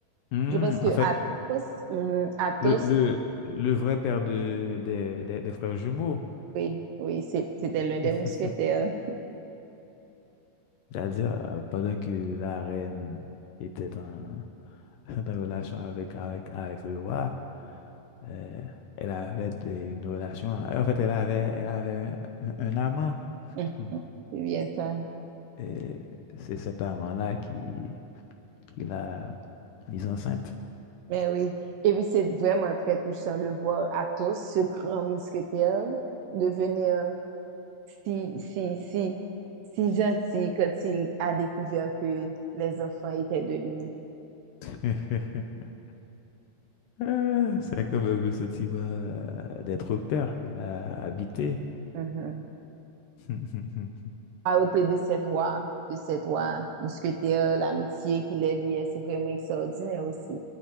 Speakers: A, on the left (about 80°); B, on the right (about 80°).
A: Hmm,
B: je pense que
A: en fait,
B: Athos, mhm, Athos
A: le, le, le vrai père de, des, des- des frères jumeaux,
B: Oui, oui, c'est- c'était l'un
A: <laughs>
B: des mousquetaires.
A: c'est-à-dire euh, pendant que la reine était en, <laughs> une relation avec, avec, avec le roi. Euh, elle avait des- une relation. En fait, elle avait, elle avait un, un amant.
B: Mm.
A: Hmm.
B: C'est bien ça.
A: Et c'est cet amant-là qui, qui l'a mise enceinte.
B: Mais oui. Et puis, c'est vraiment très touchant de voir Athos, ce grand mousquetaire, devenir si, si, si, si gentil quand il a découvert que les enfants étaient de lui.
A: <laughs> Ah, C'est quand même le sentiment euh, d'être père qu'elle a habité.
B: Mhm.
A: <laughs>
B: À côté de ces trois, de ces trois mousquetaires, l'amitié qui les liait, c'est vraiment extraordinaire aussi.